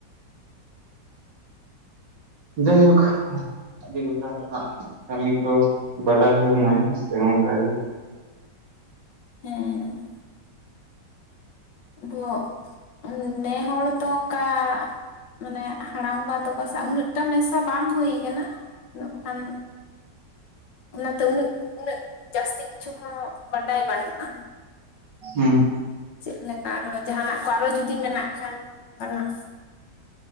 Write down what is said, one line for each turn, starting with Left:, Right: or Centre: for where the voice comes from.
Right: ᱡᱟᱹᱭᱦᱳᱠ, ᱟᱹᱰᱤ ᱜᱚᱴᱟᱝ ᱨᱮᱱᱟᱜ ᱠᱟᱹᱢᱤ ᱠᱚ ᱵᱟᱰᱟᱭ ᱦᱩᱭᱱᱟ ᱦᱮᱸ ᱥᱮ ᱚᱱᱠᱟ ᱜᱮ᱾
Left: ᱦᱮᱸ ᱫᱚᱜ ᱱᱮ ᱦᱚᱲ ᱛᱚ ᱟᱠᱟ, ᱢᱟᱱᱮ ᱦᱟᱲᱟᱢᱵᱟ ᱛᱚᱠᱚ ᱥᱟᱶ ᱩᱱᱟᱹᱜ ᱴᱟ ᱢᱮᱥᱟ ᱵᱟᱝ ᱦᱩᱭ ᱟᱠᱟᱱᱟ᱾ ᱟᱫᱚ ᱵᱟᱠᱷᱟᱱ ᱚᱱᱟᱛᱮ ᱩᱱᱟᱹᱜ ᱩᱱᱟᱹᱜ ᱡᱟᱹᱥᱛᱤ ᱠᱤᱪᱷᱩ ᱦᱚᱸ ᱵᱟᱰᱟᱭ ᱵᱟᱹᱱᱩᱜᱼᱟ
Right: ᱦᱮᱸ <inaudible>
Left: ᱪᱮᱫ ᱞᱮᱠᱟ ᱟᱨᱚᱸ ᱡᱟᱦᱟᱱᱟᱜ ᱠᱚ ᱟᱨ ᱦᱚᱸ ᱡᱚᱫᱤ ᱢᱮᱱᱟᱜ ᱠᱷᱟᱱ ᱚᱱᱠᱟᱱᱟᱜ